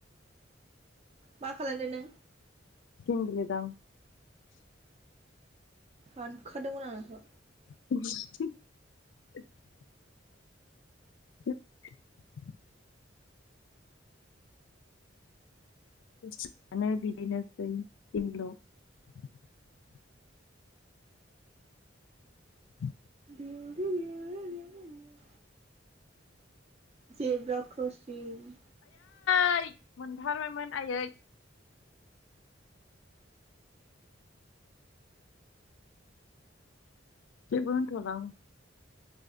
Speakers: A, on the right (about 35°); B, on the left (about 70°).
A: मा खालामदो नों
B: गेम गेलेदां।
A: सानखादोंमोन आं नोंखौ
B: <unintelligible> <unintelligible> <unintelligible> बिदिनोसै <unintelligible> <inaudible>
A: थेरेव रेरे रेेरेरे जेब्रा ख्रसिं।
B: यै मोनथारबायमोन आयै जेबो होनथलांं।